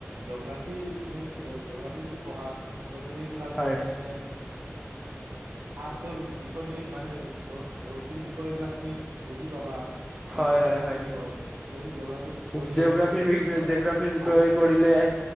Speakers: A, on the right; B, in the centre.
A: জঅগ্ৰাফি তুমি জঅগ্ৰাফি যদি পঢ়া। ত' তুমি এইবিলাক
B: হয়
A: মানে আৰু তোৰ বিষয় তুমি মানে, ধ ধৰ্তীৰ বিষয় এইবিলাক তুমি বুজি পাবা। মানে
B: হয়
A: কেনেকুৱা
B: হয় হয়,
A: কি ত তুমি জগ্ৰাফি পঢ়িলে
B: জিঅগ্ৰফী
A: এইটো তুমি বুজি পাবা
B: জঅগ্ৰাফি বিষয়ে
A: আৰু
B: কৰিলে